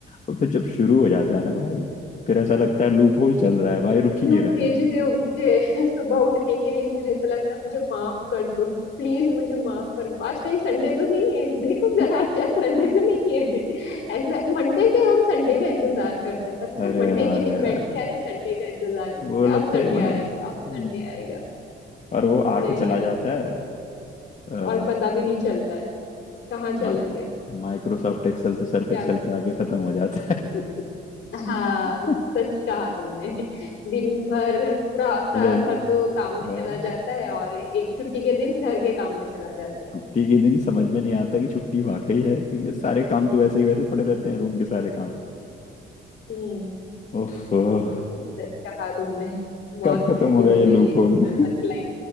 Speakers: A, on the left; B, on the left.
A: और फिर जब शुरू हो जाता है ना भाई फिर ऐसा लगता है लूप होल चल रहा है भाई रुक ही
B: क्यों
A: नहीं रहा
B: भेज
A: है
B: रहे हो मुझे <laughs> सुबह उठने के लिए मुझे ऐसा लगता है मुझे माफ कर दो प्लीज मुझे माफ कर दो आज कहीं संडे तो नहीं है <laughs> देखो जरा
A: <laughs>
B: क्या संडे तो नहीं है <laughs> ऐसे मंडे से हम संडे का इंतजार करते हैं पता
A: अरे
B: है मंडे
A: हाँ
B: के
A: यार
B: दिन बैठ के अरे संडे का इंतजार करते
A: वो लगता
B: हैं अब संडे
A: है भाई
B: आएगा
A: हम्म,
B: अब संडे आएगा
A: और वो आके
B: नहीं
A: चला
B: यार
A: जाता
B: सच-
A: है
B: और पता भी नहीं चलता है कहाँ चला
A: माइ
B: गया
A: माइक्रोसॉफ्ट एक्सेल से सर्फ
B: क्या
A: एक्सेल पे आके खत्म हो जाता है
B: हाँ
A: <laughs>
B: सच कहा तुमने दिन भर पूरा हफ्ता
A: बोले,
B: भर तो काम में
A: अ,
B: चला जाता है और एक छुट्टी के दिन घर के काम में चला जाता है
A: छुट्टी के दिन समझ में नहीं आता कि छुट्टी वाकई है क्योंकि सारे काम तो वैसे ही वैसे पड़े रहते हैं रूम के सारे काम
B: हम्म
A: उफ कब
B: नहीं सच कहा तुमने बहुत
A: कब खत्म
B: मुश्किल
A: होगा ये
B: हो गई
A: लूप
B: है
A: होल <laughs>
B: वर्क